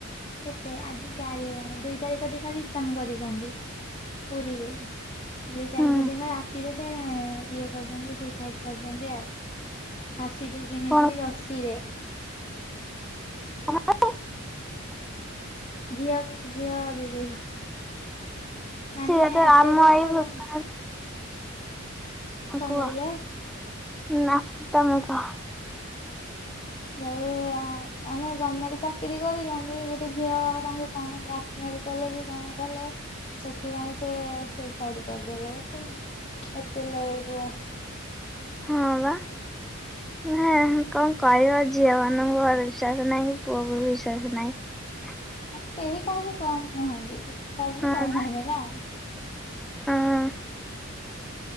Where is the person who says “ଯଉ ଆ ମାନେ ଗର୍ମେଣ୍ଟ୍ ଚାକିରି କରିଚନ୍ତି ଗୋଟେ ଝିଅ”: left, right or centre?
Left